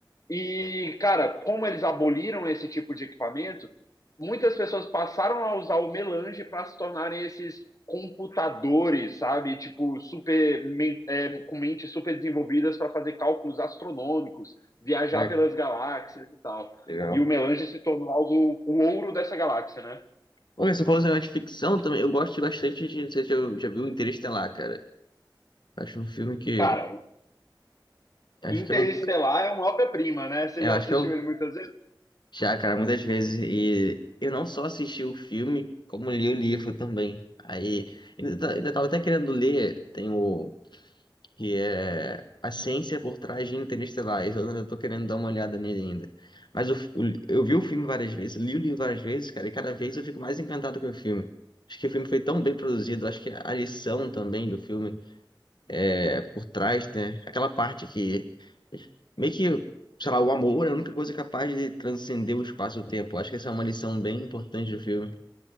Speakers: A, on the left; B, on the left.
A: E, cara, como eles aboliram esse tipo de equipamento, muitas pessoas passaram a usar o melange para se tornarem esses computadores, sabe? Tipo, super, é, com mentes super desenvolvidas para fazer cálculos astronômicos, viajar
B: Ah,
A: pelas galáxias e tal.
B: que legal.
A: E o melange se tornou algo, o ouro dessa galáxia, né?
B: Olha, você falou esse negócio de ficção também. Eu gosto bastante de. Não sei se já, já viu Interestelar, cara. Acho um filme que.
A: Cara,
B: Acho
A: Interestelar
B: que é um. é,
A: é uma obra-prima, né? Você
B: eu
A: já
B: acho
A: assistiu
B: que eu
A: ele muitas vezes?
B: já, cara, muitas vezes. E eu não só assisti o filme, como li o livro também. Aí. Ainda, ta- ainda tava até querendo ler. Tem o. Que é. A Ciência por Trás de Interestelar. Esse Eu ainda tô querendo dar uma olhada nele ainda. Mas o f- o li- eu vi o filme várias vezes, li o livro várias vezes, cara, e cada vez eu fico mais encantado com o filme. Acho que o filme foi tão bem produzido, acho que a lição também do filme. é, por trás, né? Aquela parte que meio que, sei lá, o amor é a única coisa capaz de transcender o espaço e o tempo. Acho que essa é uma lição bem importante do filme.